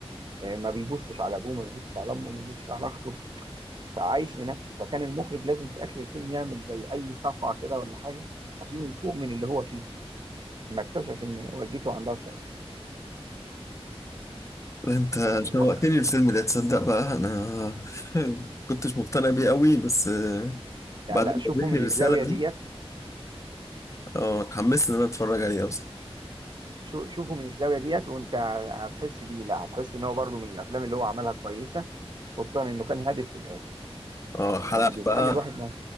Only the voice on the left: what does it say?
لا انت
شوقتني
الفيلم ده تصدق بقى انا <laughs> كنتش مقتنع بيه قوي بس آه، بعد
ما
قابلتني
الرسالة
دي اه اتحمست ان انا اتفرج عليه اصلا
اه
حلق
بقى